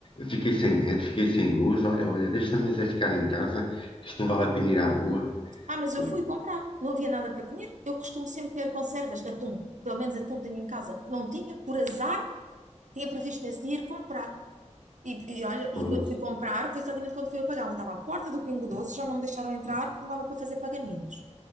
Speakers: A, on the left; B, on the right.
A: fiquei sem net, fiquei sem luz, olha, olha, deixa-me mas é ficar em casa, que isto não vale a pena ir à rua.
B: Ah, mas eu
A: O-
B: fui comprar, não havia nada para comer. Eu costumo sempre ter conservas, atum, pelo menos atum tenho em casa. Não tinha, por azar, tinha previsto nesse dia ir comprar. E, e olha, e
A: pois,
B: quando fui comprar, foi exatamente quando fui a pagar. Eu estava à porta do Pingo Doce, já não me deixaram entrar porque não dava para fazer pagamentos.